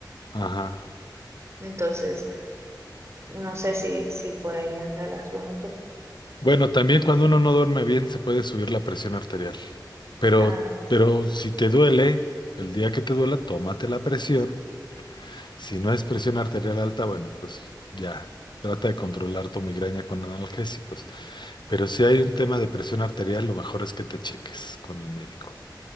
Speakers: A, on the left; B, on the right.
A: ajá.
B: Entonces, no sé si, si por ahí anda el asunto.
A: Bueno, también cuando uno no duerme bien se puede subir la presión arterial. Pero,
B: A ver,
A: pero si te duele, el día que te duela, tómate la presión. Si no es presión arterial alta, bueno, pues ya. Trata de controlar tu migraña con analgésicos. Pero si hay un tema de presión arterial, lo mejor es que te cheques con el médico.